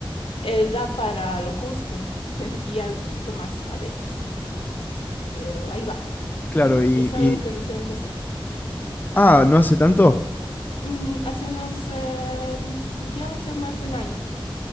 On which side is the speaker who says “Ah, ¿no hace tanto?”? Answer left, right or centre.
Left